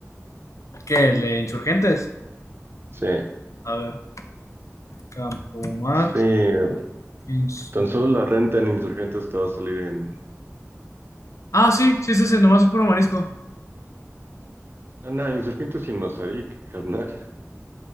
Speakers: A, on the left; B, on the right.
A: ¿Qué? ¿El de Insurgentes?
B: Sí,
A: A ver, Campomar,
B: sí.
A: Insu...
B: Tan solo la renta en Insurgentes te va a salir en...
A: Ah, sí, sí, sí, sí, nomás es puro marisco.
B: Ah, no, Insurgentes y Mazarik, carnal.